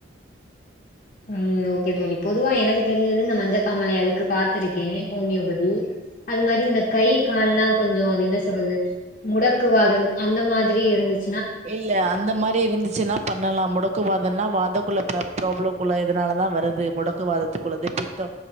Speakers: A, on the left; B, on the right.
A: ம் ஓகே தோழி பொதுவா எனக்கு தெரிஞ்சது இந்த மஞ்சக்காமாலை அதுக்கு பாத்ருக்கே ஹோமியோபதி அது மாரி இந்த கை கால்லா கொஞ்சோ அது என்ன சொல்றது முடக்குவாதம் அந்த மாதிரி இருந்துச்
B: இல்ல அந்த மாரி இருந்துச்சுன்னா பண்ணலா முடக்கு வாதோல்லா வாதக்குள்ள ப்ராப்ளம்க்குள்ள எதனாலதா வருது முடக்கு வாதத்துக்குள்ளது பித்தோ